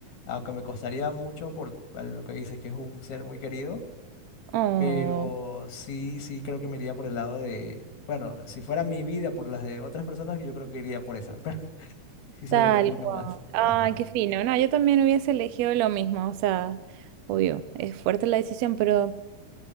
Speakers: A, on the left; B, on the right.
A: Aunque me costaría mucho por lo que dices que es un ser muy querido,
B: Oh.
A: pero sí, sí creo que me iría por el lado de, bueno, si fuera mi vida por las de otras personas, yo creo que iría por esa, <laughs> pero sí se
B: Tal
A: me complica
B: cual.
A: más.
B: Ay,
A: ajá
B: qué fino. No, yo también hubiese elegido lo mismo. O sea, obvio, es fuerte la decisión, pero